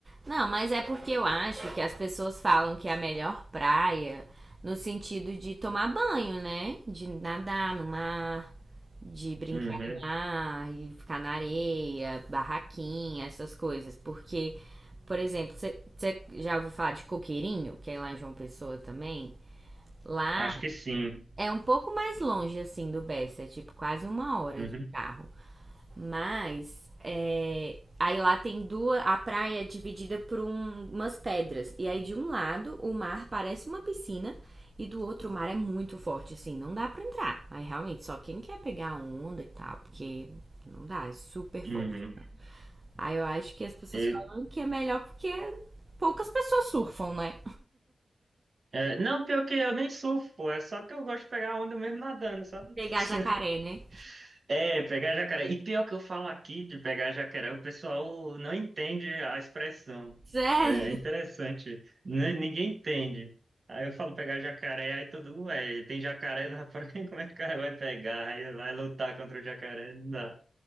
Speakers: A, on the right; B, on the right.
A: Não, mas é porque eu acho que as pessoas falam que é a melhor praia no sentido de tomar banho, né? De nadar no mar, de brincar
B: Uhum.
A: no mar, e ficar na areia, barraquinha, essas coisas. Porque, por exemplo, você já ouviu falar de Coqueirinho, que é lá em João Pessoa também? Lá
B: Acho que sim.
A: É um pouco mais longe, assim, do Bessa, é tipo quase uma hora
B: Uhum.
A: de carro. Mas é, aí lá tem duas. A praia é dividida por um- umas pedras. E aí de um lado o mar parece uma piscina. E do outro o mar é muito forte, assim, não dá pra entrar. Aí realmente, só quem quer pegar onda e tal, porque não dá, é super forte.
B: Uhum.
A: Né? Aí eu acho que as pessoas
B: eu
A: falam que é melhor porque poucas pessoas surfam, né?
B: é, não, pior que eu nem surfo, pô. É só que eu gosto de pegar onda mesmo nadando, sabe?
A: <laughs> Pegar
B: <laughs>
A: jacaré, né?
B: É, pegar jacaré. E pior que eu falo aqui de pegar jacaré, o pessoal não entende a expressão.
A: Sério?
B: É interessante. N- Ninguém entende. Aí eu falo pegar jacaré, aí todo mundo, ué, tem jacaré na praia, <laughs> como é que o cara vai pegar? Aí vai lutar contra o jacaré, não dá.